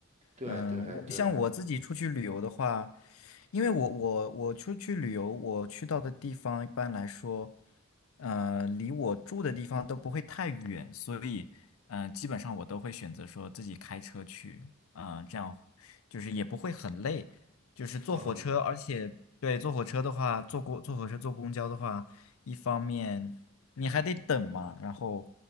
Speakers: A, on the right; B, on the left.
A: 对对对，
B: 嗯，我像我自己出去旅游的话，因为我我我出去旅游，我去到的地方一般来说，呃，离我住的地方都不会太远，所以嗯、呃基本上我都会选择说自己开车去，嗯、这样就是也不会很累，就是坐火车，
A: 嗯，
B: 而且对坐火车的话，坐过坐火车坐公交的话，一方面。你还得等嘛，然后